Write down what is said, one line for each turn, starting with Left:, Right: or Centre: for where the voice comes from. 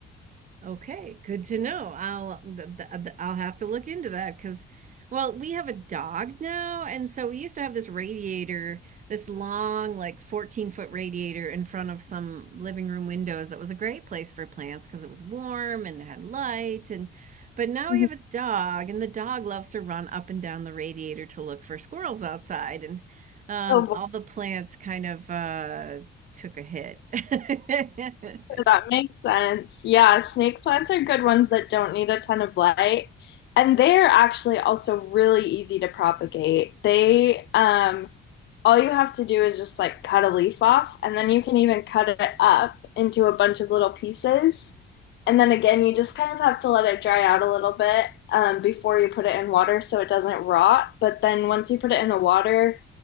Right: Okay, good to know. I'll th th th- I'll have to look into that because, well, we have a dog now, and so we used to have this radiator, this long, like 14 foot radiator in front of some living room windows that was a great place for plants because it was warm and it had light and but now
Left: Mhm.
Right: we have a dog, and the dog loves to run up and down the radiator to look for squirrels outside, and um,
Left: Oh, boy,
Right: all the plants kind of uh, took a hit. <laughs>
Left: that makes sense. Yeah, snake plants are good ones that don't need a ton of light. And they're actually also really easy to propagate. They, um, all you have to do is just like cut a leaf off, and then you can even cut it up into a bunch of little pieces. And then again, you just kind of have to let it dry out a little bit, um, before you put it in water so it doesn't rot. But then once you put it in the water,